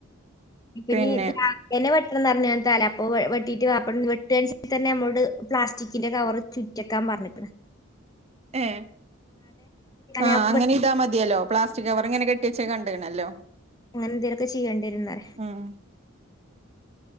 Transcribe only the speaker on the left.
ഇപ്പ
നീ അപ്പോ വെട്ടിട്ട് വാ അപ്പോ വെട്ടിയതിന് ശേഷം തന്നെ നമ്മോട് പ്ളാസ്റ്റിക്കിന്റെ കവർ ചുറ്റയക്കാൻ പറഞ്ഞിട്ട്
ഞാൻ
വെ-
അങ്ങനെന്തേലൊക്കെ ചെയ്യേണ്ടിരുന്നല്ലേ